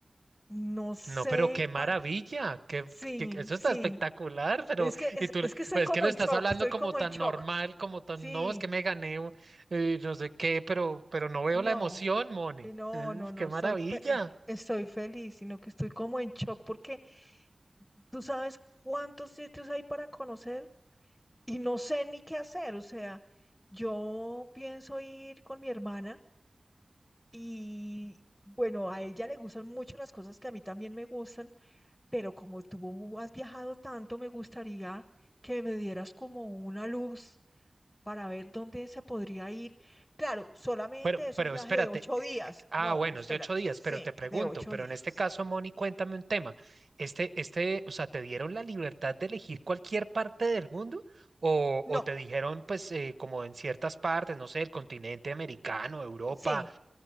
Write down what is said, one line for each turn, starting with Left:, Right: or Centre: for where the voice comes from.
Left: No sé,
Right: No, pero qué maravilla,
Left: pa-
Right: qué,
Left: sí,
Right: qué- eso
Left: sí,
Right: está espectacular, pero
Left: es que, es,
Right: y tú,
Left: es
Right: le-
Left: que estoy
Right: pues
Left: como
Right: es que lo estás
Left: en shock,
Right: hablando
Left: estoy
Right: como
Left: como
Right: tan
Left: en shock.
Right: normal, como tan,
Left: Sí,
Right: no, es que me gané, un- eh, no sé qué, pero, pero no veo
Left: no,
Right: la emoción, Moni,
Left: eh, no,
Right: Es-
Left: no, no,
Right: qué maravilla.
Left: estoy, fe- eh, estoy feliz, sino que estoy como en shock porque tú sabes cuántos sitios hay para conocer y no sé ni qué hacer, o sea, yo pienso ir con mi hermana Y bueno, a ella le gustan mucho las cosas que a mí también me gustan, pero como tú has viajado tanto, me gustaría que me dieras como una luz para ver dónde se podría ir. Claro, solamente
Right: Pero,
Left: es
Right: pero
Left: un viaje
Right: espérate,
Left: de ocho
Right: eh,
Left: días.
Right: eh, ah,
Left: No,
Right: bueno,
Left: espérate,
Right: es de ocho días,
Left: sí,
Right: pero te pregunto,
Left: de ocho
Right: pero
Left: días.
Right: en este caso, Moni, cuéntame un tema. Este, este, o sea, ¿te dieron la libertad de elegir cualquier parte del mundo? ¿O,
Left: No,
Right: o te dijeron, pues, eh, como en ciertas partes, no sé, el continente americano, Europa?
Left: sí,